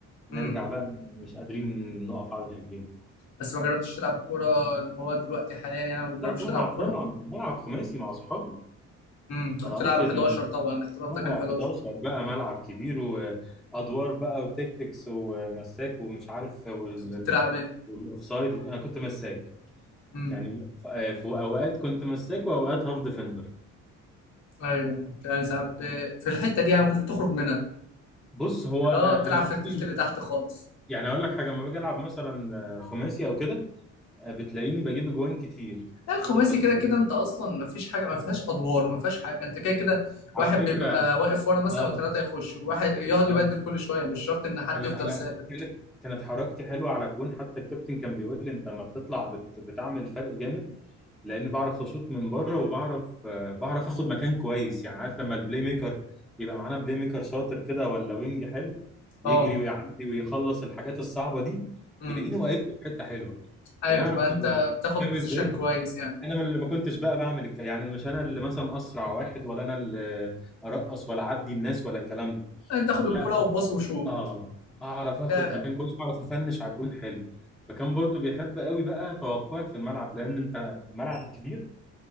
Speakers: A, in the centre; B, on the left.
A: نرجع
B: امم
A: بقى مش قادرين نقف على رجلين
B: بس ما جربتش تلعب كوره اللي هو دلوقتي حاليا يعني ما بجربش
A: لا بلعب
B: تلعب كوره
A: طبعا بلعب خماسي مع اصحابي
B: امم انت كنت
A: انا
B: بتلعب
A: قصدي
B: 11
A: ان
B: طبعا الاحتراف
A: اه
B: ده كان
A: 11
B: 11
A: بقى ملعب كبير وادوار بقى وتكتكس ومساك ومش عارف وال-
B: انت كنت بتلعب ايه؟
A: والاوفسايد انا كنت مساك
B: امم
A: يعني ف- آه، في اوقات كنت مساك واوقات هاف ديفندر
B: ايوه كنت انا ساعات ب- في الحته دي يعني ما كنتش بتخرج منها
A: بص هو
B: اللي
A: انا
B: هو بتلعب
A: أنا
B: في
A: اصلا
B: التلت اللي تحت خالص
A: يعني اقول لك حاجه لما باجي العب مثلا آه، خماسي او كده آه، بتلاقيني بجيب اجوان كتير
B: لا الخماسي
A: بس
B: كده كده انت اصلا ما فيش حاجه ما فيهاش ادوار ما فيهاش حاجه انت كده كده واحد
A: على فكره
B: بيبقى
A: أنا-
B: واقف ورا مثلا
A: اه
B: وثلاثه يخشوا واحد يقعد يبدل
A: انا
B: كل شويه مش شرط ان حد
A: انا
B: يفضل
A: انا
B: ثابت
A: كانت كانت حركتي حلوه على الجون حتى الكابتن كان بيقول لي انت لما بتطلع بت بتعمل فرق جامد لاني بعرف اشوط من بره وبعرف آه، بعرف اخد مكان كويس يعني عارف لما البلاي ميكر يبقى معانا بلاي ميكر شاطر كده ولا وينج حلو
B: اه
A: يجري ويعدي ويخلص الحاجات الصعبه دي
B: امم
A: يلاقيني واقف له في حته حلوه
B: ايوه
A: يعرف
B: تبقى انت
A: ي-
B: بتاخد
A: فاهم
B: بوزيشن
A: ازاي
B: كويس يعني
A: انا ما ما كنتش بقى بعمل الك... يعني مش انا اللي مثلا اسرع واحد ولا انا اللي ارقص ولا اعدي الناس ولا الكلام ده
B: انت تاخد الكره
A: لا
B: وتباص
A: بس
B: وشوط
A: اه اعرف اخد
B: لا
A: مكان كويس واعرف افنش على الجون حلو فكان برضو بيحب قوي بقى توقعي في الملعب لان انت الملعب الكبير